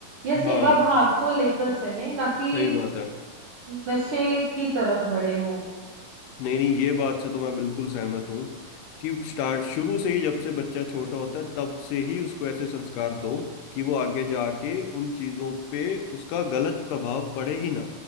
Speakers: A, on the right; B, on the left.
A: या
B: हाँ
A: सेवा भाव को लेकर चलें ना कि
B: सही बात है
A: नशे की तरफ बढ़े वो
B: नहीं नहीं ये बात से तो मैं बिल्कुल सहमत हूँ कि स्टार्ट शुरू से ही जब से बच्चा छोटा होता है तब से ही उसको ऐसे संस्कार दो कि वो आगे जाके उन चीजों पे उसका गलत प्रभाव पड़े ही ना